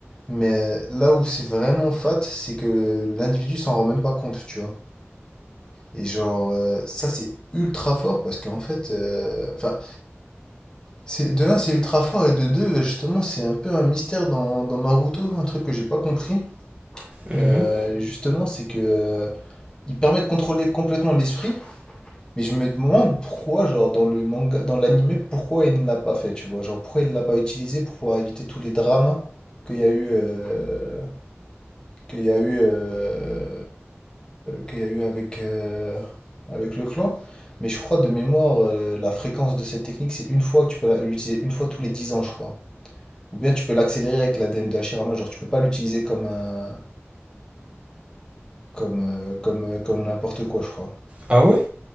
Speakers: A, on the left (about 20°); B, on the right (about 25°).
A: Mais euh, là où c'est vraiment fat, c'est que l'individu s'en rend même pas compte, tu vois. Et genre, euh, ça c'est ultra fort parce qu'en fait, euh, enfin, c'est de là c'est ultra fort et de deux, justement, c'est un peu un mystère dans, dans Naruto, un truc que j'ai pas compris.
B: Mhm.
A: Euh, justement, c'est que euh, il permet de contrôler complètement l'esprit, Mais je me demande pourquoi, genre, dans le manga, dans l'anime, pourquoi il ne l'a pas fait, tu vois. Genre, pourquoi il ne l'a pas utilisé pour pouvoir éviter tous les drames qu'il y a eu, euh, qu'il y a eu, euh, qu'il y a eu avec, euh, avec le clan. Mais je crois, de mémoire, euh, la fréquence de cette technique, c'est une fois que tu peux la- l'utiliser, une fois tous les 10 ans, je crois. Ou bien tu peux l'accélérer avec la l'ADN de Hashirama, genre, tu peux pas l'utiliser comme un, comme, euh, comme, euh, comme n'importe quoi, je crois.
B: Ah ouais